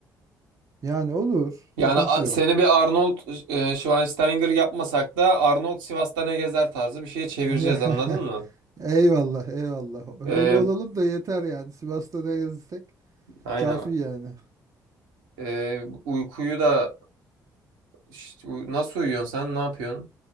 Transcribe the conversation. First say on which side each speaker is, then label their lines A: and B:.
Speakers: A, on the right (about 35°); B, on the right (about 70°).
A: Yani olur.
B: Yani
A: Sıkıntı
B: a-
A: yok.
B: seni bir Arnold e, Schwarzenegger yapmasak da Arnold Sivas'ta ne gezer tarzı bir şeye çevireceğiz
A: <laughs>
B: anladın mı?
A: Eyvallah, eyvallah.
B: E,
A: Öyle olalım da yeter yani. Sivas'ta da gezsek
B: aynen
A: kafi yani.
B: E, uykuyu da İşte u- nasıl uyuyorsun sen? Ne yapıyorsun?